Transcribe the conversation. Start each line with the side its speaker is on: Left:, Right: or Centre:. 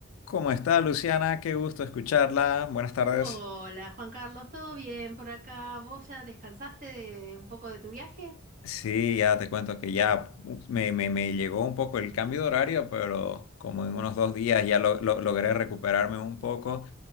Left: ¿Cómo está Luciana? Qué gusto escucharla. Buenas tardes.
Right: Hola Juan Carlos, ¿todo bien por acá? ¿Vos ya descansaste de un poco de tu viaje?
Left: Sí, ya te cuento que ya uh, me, me- me llegó un poco el cambio de horario, pero como en unos dos días ya lo- lo- logré recuperarme un poco.